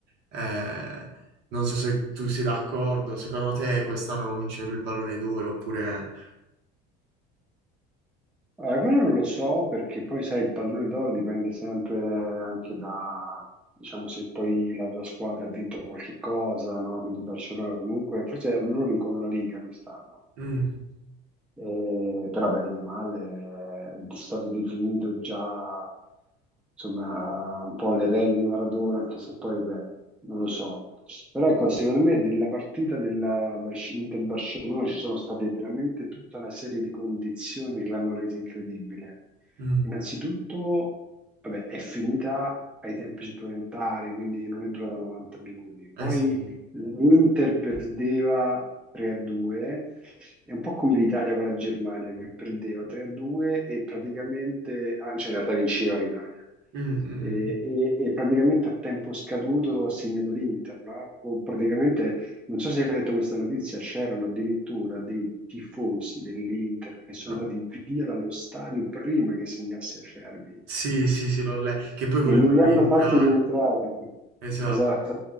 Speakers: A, on the right (about 60°); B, in the centre.
A: eh, non so se tu sei d'accordo, secondo te quest'anno lo vince lui il pallone d'oro oppure...
B: Allora, quello non lo so perché poi sai, il pallone d'oro dipende sempre anche da, diciamo, se poi la tua squadra ha vinto qualche cosa, no? Quindi Barcellona comunque, forse loro vincono la Liga quest'anno,
A: Mm,
B: eh, però beh, Yamal è stato definito già insomma un po' l'erede di Maradona, anche se poi beh, non lo so. Però ecco, secondo me della partita della Bas- Inter-Barcellona ci sono state veramente tutta una serie di condizioni che l'hanno resa incredibile.
A: mm,
B: Innanzitutto, vabbè, è finita ai tempi supplementari, quindi non è durata 90 minuti.
A: eh
B: Poi
A: sì, sì.
B: l'Inter perdeva 3 a 2 è un po' come l'Italia con la Germania che perdeva 3-2 e praticamente, ah, cioè in realtà vinceva l'Italia,
A: Mm, mm, mm.
B: e, e- e praticamente a tempo scaduto ha segnato l'Inter, no? O praticamente, non so se hai letto questa notizia, c'erano addirittura dei tifosi dell'Inter che sono
A: Ah,
B: andati via dallo stadio prima che segnasse Acerbi
A: Sì, sì, sì, l'ho letto, che poi volevano
B: e non li hanno
A: rientrare,
B: fatti rientrare. <laughs>
A: esatto.
B: Esatto.